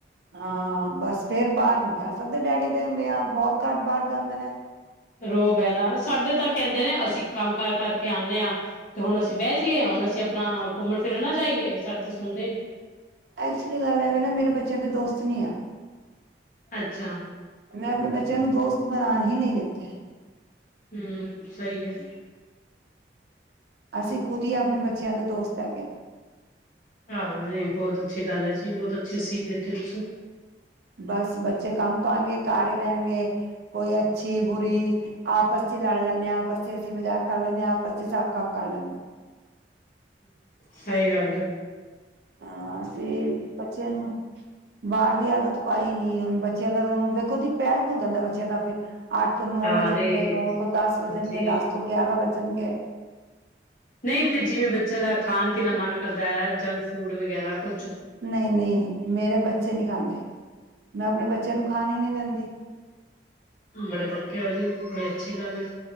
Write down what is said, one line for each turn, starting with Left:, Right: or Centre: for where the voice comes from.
Right: ਹਾਂ। ਬਸ ਫੇਰ ਬਾਹਰ ਨੀ ਜਾ ਸਕਦੇ, ਡੈਡੀ ਦੇ ਹੁੰਦਿਆਂ, ਬਹੁਤ ਘੱਟ ਬਾਹਰ ਜਾਂਦੇ ਨੇ।
Left: ਰੋ ਬਹਿਣਾ ਸਾਡੇ ਤਾਂ ਕਹਿੰਦੇ ਨੇ, ਅਸੀਂ ਕੰਮ ਕਾਰ ਕਰਕੇ ਆਦੇ ਹਾਂ, ਤੇ ਹੁਣ ਅਸੀਂ ਬਹਿ ਜਾਈਏ, ਹੁਣ ਅਸੀਂ ਆਪਣਾ ਘੁੰਮਣ ਫਿਰਨ ਨਾ ਜਾਈਏ, ਸਾਡੇ ਤਾਂ ਸੁਣਦੇ ਹੀ ਨੀ।
Right: ਐਕਚੁਲੀ ਗੱਲ ਐਵੇਂ ਨਾ ਮੇਰੇ ਬੱਚਿਆਂ ਦੇ ਦੋਸਤ ਨਹੀਂ ਐ।
Left: ਅੱਛਾ।
Right: ਮੈਂ ਆਪਣੇ ਬੱਚਿਆਂ ਨੂੰ ਦੋਸਤ ਬਣਾਣ ਹੀ ਨਹੀਂ ਦਿੱਤੇ।
Left: ਹੂੰ, ਸਹੀ ਏ।
Right: ਅਸੀਂ ਖੁਦ ਹੀ ਆਪਣੇ ਬੱਚਿਆਂ ਦੇ ਦੋਸਤ ਹੈਗੇ ਆ।
Left: ਹਾਂ, ਜੀ ਬਹੁਤ ਅੱਛੀ ਗੱਲ ਹੈ ਜੀ, ਬਹੁਤ ਅੱਛੇ ਸੀਖ ਦਿੱਤੀ ਤੁਸੀਂ।
Right: ਬਸ ਬੱਚੇ ਕੰਮ ਤੋਂ ਆਣਗੇ, ਘਰ ਹੀ ਰਹਿਣਗੇ। ਕੋਈ ਅੱਛੀ, ਬੁਰੀ ਆਪਸ ਚ ਲੜ ਲੈਣੇ ਆ, ਆਪਸ ਚ ਅਸੀਂ ਮਜ਼ਾਕ ਕਰ ਲੈਣੇ ਆ, ਆਪਸ ਚ ਸਭ ਕੰਮ ਕਰ ਲੈਣੇ ਆ।
Left: ਸਹੀ ਗੱਲ ਆ। <unintelligible>
Right: ਹਾਂ, ਅਸੀਂ ਬੱਚੇ ਨੂੰ ਬਾਹਰ ਦੀ ਆਦਤ ਪਾਈ ਨੀ, ਹੁਣ ਬੱਚੇ ਅਗਰ ਵੇਖੋ ਪੈਰ ਖੁੱਲ ਜਾਂਦਾ, ਬੱਚਿਆਂ ਦਾ ਫਿਰ। ਅੱਠ ਤੋਂ ਨੌ
Left: ਹਾਂ
Right: ਵਜਣਗੇ
Left: ਨਹੀਂ
Right: ਨੌ ਤੋਂ ਦਸ ਵਜਣਗੇ
Left: ਹਾਂਜੀ
Right: ਦਸ ਤੋਂ ਗਿਆਰਾਂ ਵਜਣਗੇ।
Left: ਨਹੀਂ ਫੇਰ ਜਿਵੇਂ ਬੱਚੇ ਦਾ ਖਾਣ ਪੀਣ ਦਾ ਮਨ ਕਰਦਾ ਹੈ ਜੰਕ ਫੂਡ ਵਗੈਰਾ ਕੁ
Right: ਨਹੀਂ ਨਹੀਂ ਮੇਰੇ ਬੱਚੇ ਨਹੀਂ ਖਾਂਦੇ ਮੈਂ ਆਪਣੇ ਬੱਚਿਆਂ ਨੂੰ ਖਾਣ ਨਹੀਂ ਦਿੰਦੀ ਹ <unintelligible>
Left: ਬੜੇ ਪੱਕੇ ਹੋ ਜੀ ਬੜੀ ਅੱਛੀ ਗੱਲ ਹੈ